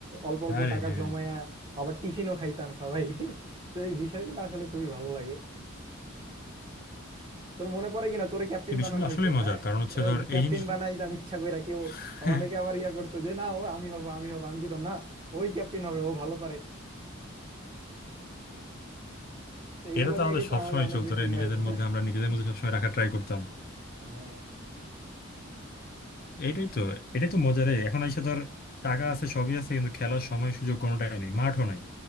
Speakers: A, on the right (about 25°); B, on the left (about 45°).
A: অল্প অল্প
B: আরে
A: টাকা
B: হ্যাঁ
A: জমায়া আবার টিফিনও খাইতাম সবাই <laughs> তো এই বিষয়গুলো আসলে খুবই ভালো লাগে তোর মনে পড়ে কিনা তোরে ক্যাপ্টেন
B: এই বিষয়গুলো
A: বানানো হইতো
B: আসলে মজার
A: হ্যাঁ
B: কারণ হচ্ছে
A: তোরে
B: ধর
A: ক্যাপ্টেন
B: এই জিনিসগুলো
A: বানাই দাম ইচ্ছা কইরা কেউ
B: <laughs>
A: অনেকে আবার ইয়া করতো যে না ও আমি হব আমি হব আমি কইতাম না ওই ক্যাপ্টেন হবে ও ভালো পারে তো এইগুলো
B: এটা তো
A: নিয়ে
B: আমাদের
A: কিন্তু
B: সবসময়
A: আমাদের অনেক
B: চলতো
A: বেশি
B: রে
A: ইয়া
B: নিজেদের
A: হইতো
B: মধ্যে আমরা নিজেদের মধ্যে সবসময় রাখা ট্রাই করতাম
A: হ্যাঁ
B: এটাই তো এটাই তো মজার এই। এখন এসে ধর টাকা আছে সবই আছে কিন্তু খেলার সময় সুযোগ কোনোটাই নেই মাঠও নাই